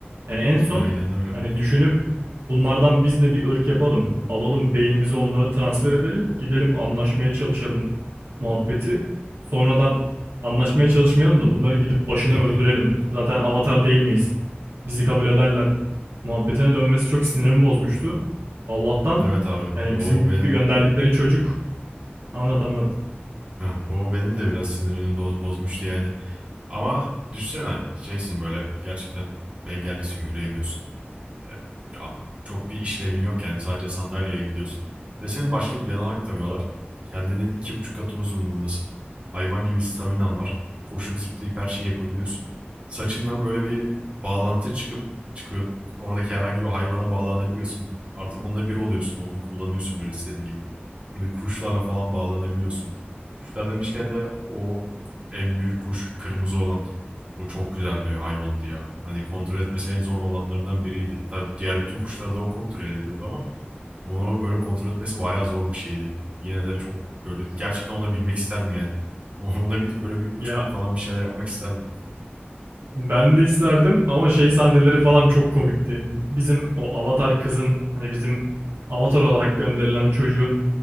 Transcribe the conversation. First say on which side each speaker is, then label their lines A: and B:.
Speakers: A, on the right; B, on the right.
A: Yani en son
B: Aynen öyle.
A: hani düşünüp bunlardan biz de bir ırk yapalım. Alalım beynimizi onlara transfer edelim. Gidelim anlaşmaya çalışalım muhabbeti. Sonradan Anlaşmaya çalışmayalım da bunların gidip başını
B: <laughs>
A: öldürelim. Zaten avatar değil miyiz? Bizi kabul ederler. Muhabbetine dönmesi çok sinirimi bozmuştu. Allah'tan
B: evet abi.
A: yani bizim
B: O benim
A: gönderdikleri çocuk. Anlat anlat.
B: Heh, o benim de biraz sinirimi boz- bozmuştu yani. Ama düşsene şeysin böyle gerçekten engellisin yürüyemiyorsun. E, çok bir işlevin yok yani sadece sandalyeye gidiyorsun. Ve seni başka bir bedana aktarıyorlar. Kendinin iki buçuk katı uzunluğundasın. Hayvan gibi staminan var. Koşup zıplayıp her şeyi yapabiliyorsun. Saçından böyle bir bağlantı çıkıp çıkıyor. Oradaki herhangi bir hayvana bağlanabiliyorsun. Artık onunla bir oluyorsun. Onu kullanıyorsun böyle istediğin gibi. Gidip kuşlarla falan bağlanabiliyorsun. Kuşlar demişken de o en büyük kuş kırmızı olan o çok güzel bir hayvandı ya. Hani kontrol etmesi en zor olanlarından biriydi. Hatta diğer bütün kuşları da o kontrol ediyordu ama onu böyle kontrol etmesi bayağı zor bir şeydi. Yine de çok böyle gerçekten ona binmek isterdim yani. <laughs> Ona bir böyle bir uçmak
A: Ya
B: falan bir şeyler yapmak isterdim.
A: Ben de isterdim ama şey sahneleri falan çok komikti. Bizim o Avatar kızın hani bizim Avatar olarak gönderilen çocuğun